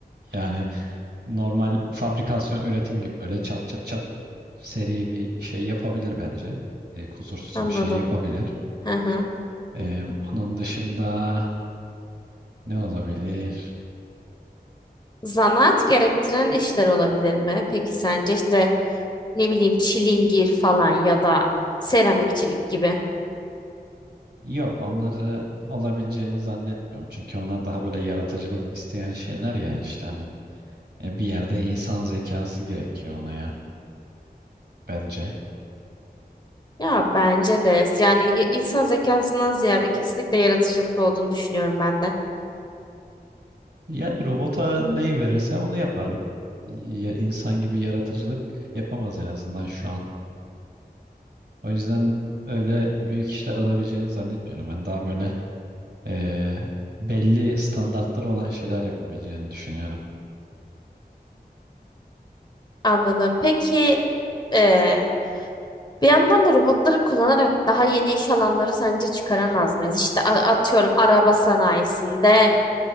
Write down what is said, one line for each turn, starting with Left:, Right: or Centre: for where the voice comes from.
Right: Yani normal fabrikasyon üretim gibi böyle çat çat çat seri bir şey yapabilir bence. E, kusursuz
Left: anladım.
Right: bir şey yapabilir.
Left: Aha.
Right: E, onun dışında ne olabilir?
Left: Zanaat gerektiren işler olabilir mi? Peki sence işte ne bileyim çilingir falan ya da seramikçilik gibi.
Right: Yok onları olabileceğini zannetmiyorum. Çünkü onlar daha böyle yaratıcılık isteyen şeyler ya işte hani e, bir yerde insan zekası gerekiyor ona ya bence.
Left: Ya bence de yani y- insan zekasından ziyade kesinlikle yaratıcılık olduğunu düşünüyorum ben de.
Right: Yani robota neyi verirse onu yapar. Ya, insan gibi yaratıcılık yapamaz en azından şu an. O yüzden öyle büyük işler alabileceğini zannetmiyorum. Ben daha böyle eee, belli standartları olan şeyler yapabileceğini düşünüyorum.
Left: Anladım. Peki eee, bir yandan da robotları kullanarak daha yeni iş alanları sence çıkaramaz mıyız? İşte a- atıyorum araba sanayisinde